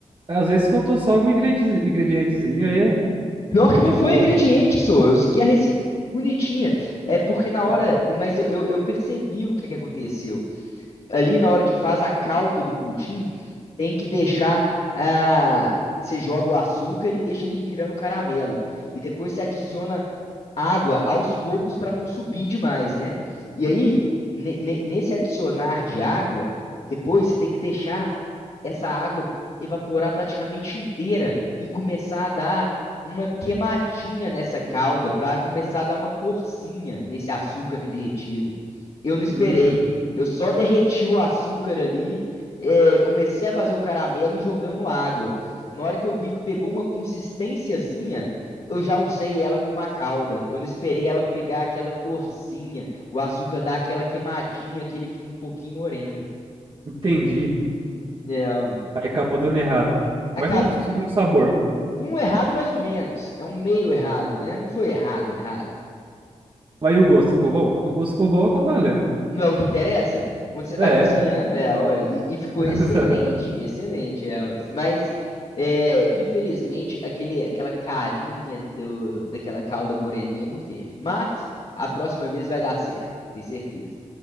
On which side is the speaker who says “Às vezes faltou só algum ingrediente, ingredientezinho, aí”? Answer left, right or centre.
Right